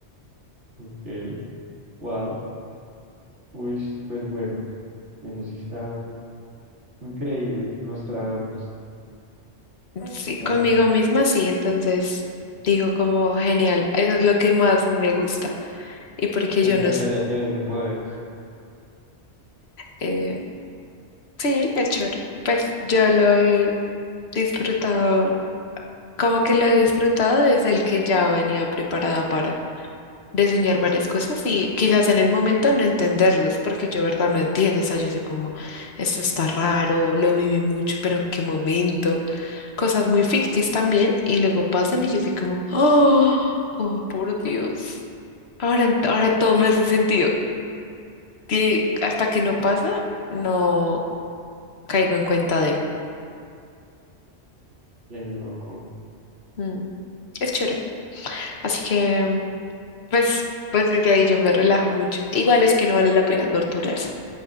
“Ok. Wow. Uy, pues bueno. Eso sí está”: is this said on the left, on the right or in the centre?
Right